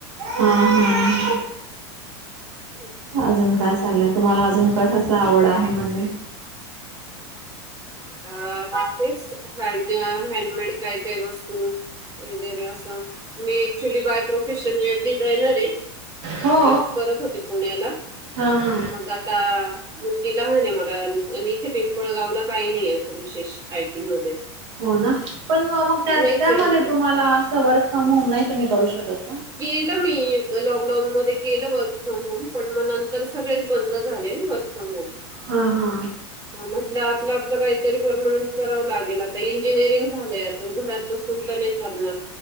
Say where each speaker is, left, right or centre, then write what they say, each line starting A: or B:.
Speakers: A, on the right; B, on the right.
A: हा
B: हम् <inaudible>
A: अजून काय चाललंय, तुम्हाला अजून कशाच आवड आहे म्हणजे,
B: अ हेच <unintelligible> हँडमेड काय काय वस्तू- वगैरे असा, मी क्च्युली बाय प्रोफेशन लेफ डिझायनर -
A: हो
B: जॉब करत होते पुण्याला
A: हा हा
B: मग आ- आता मुलीला लहान आहे ना मला, आणि इथे पिंपळगावला- काही नाही असं विशेष आयटी मध्ये.
A: हो ना पण मग त्या
B: नाहीच
A: त्यामध्ये
B: आहे म्हणजे
A: तुम्हाला असं वर्क फ्रॉम होम नाही तुम्ही करू शकतं.
B: केलं मी लॉकडाऊन मध्ये केलं वर्क फ्रॉम होम पण मग नंतर सगळेच बंद झाले ना. होय
A: हा हा
B: मग म्हटलं आपलं आपलं काहीतरी परमनंट करावं लागेल, आता इंजिनिअरिंग झालंय घरात. घरात बसून पण नाही चालणार.